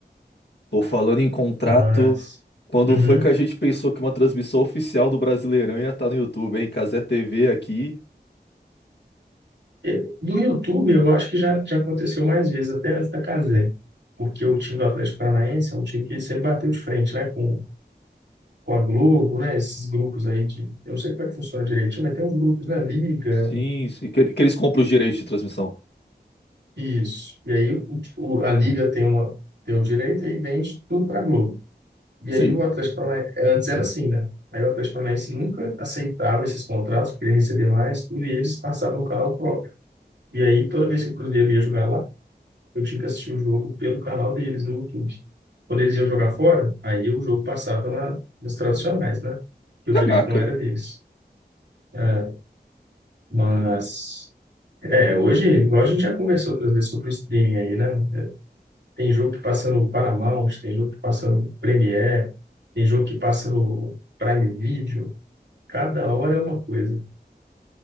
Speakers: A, on the left; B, on the right.
A: Pô, falando em contrato,
B: Mas.
A: quando
B: Uhum.
A: foi que a gente pensou que uma transmissão oficial do Brasileirão ia estar no YouTube, hein? Cazé TV aqui.
B: E Do YouTube, eu acho que já, já aconteceu mais vezes, até antes da Cazé. Porque o time do Atlético Paranaense é um time que sempre bateu de frente, né, com com a Globo, né? Esses grupos aí de. Eu não sei como é que funciona direitinho, mas tem uns grupos na Liga,
A: Sim, sim. Que, que eles compram os direitos de transmissão.
B: isso. E aí o- o- a Liga tem, uma, tem o direito e vende tudo para a Globo. E
A: Sim.
B: aí o Atlético Paranaense. Antes era assim, né? Aí o Atlético Paranaense nunca aceitava esses contratos, queria receber mais, tudo, e eles passavam no canal próprio. E aí toda vez que o Cruzeiro ia jogar lá, eu tinha que assistir o jogo pelo canal deles no YouTube. Quando eles iam jogar fora, aí o jogo passava na, nos tradicionais, né? Que
A: Caraca.
B: o direito não era deles. É, mas É, hoje, igual a gente já conversou outras vezes sobre o streaming aí, né? Tem jogo que passa no Paramount, tem jogo que passa no Premiere, tem jogo que passa no Prime Video. Cada hora é uma coisa.